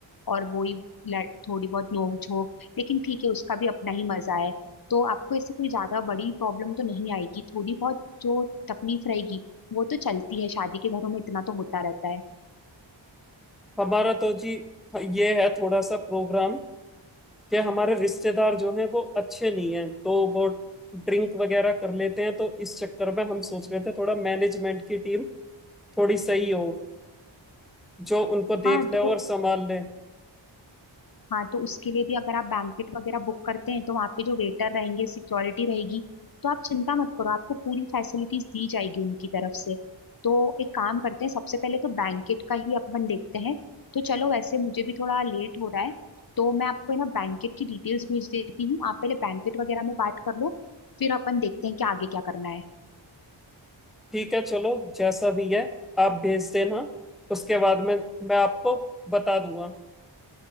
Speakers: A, on the left; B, in the centre.
A: और वही लड़- थोड़ी बहुत नोक झोंक लेकिन ठीक है उसका भी अपना ही मजा है तो आपको ऐसे कोई ज्यादा बड़ी प्रॉब्लम तो नहीं आएगी थोड़ी बहुत जो तकलीफ रहेगी वो तो चलती है शादी के घरों में इतना तो होता रहता है
B: हमारा तो जी ये है थोड़ा सा प्रोग्राम कि हमारे रिश्तेदार जो हैं वो अच्छे नहीं हैं तो वो ड्रिंक वगैरह कर लेते हैं तो इस चक्कर में हम सोच रहे थे थोड़ा मैनेजमेंट की टीम थोड़ी सही हो जो उनको देख
A: हाँ
B: ले
A: तो
B: और संभाल ले
A: हाँ तो उसके लिए भी अगर आप बैंकेट वगैरह बुक करते हैं तो वहाँ पे जो वेटर रहेंगे सिक्योरिटी रहेगी तो आप चिंता मत करो आपको पूरी फैसिलिटीज दी जाएगी उनकी तरफ से तो एक काम करते हैं सबसे पहले तो बैंकेट का ही अपन देखते हैं तो चलो वैसे मुझे भी थोड़ा लेट हो रहा है तो मैं आपको है ना बैंकेट की डिटेल्स भेज देती हूँ आप पहले बैंकेट वगैरह में बात कर लो फिर अपन देखते हैं कि आगे क्या करना है
B: ठीक है चलो जैसा भी है आप भेज देना उसके बाद में मैं आपको बता दूंगा